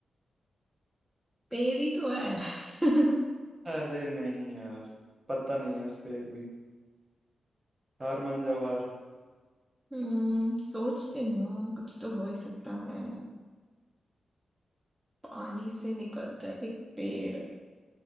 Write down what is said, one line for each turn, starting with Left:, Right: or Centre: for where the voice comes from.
Centre: पेड़ ही तो है <laughs>
Right: अरे नहीं यार पता नहीं है इस पे एक भी हार मान जाओ हार
Centre: हम्म सोचती हूँ कुछ तो हो ही सकता है पानी से निकलता है एक पेड़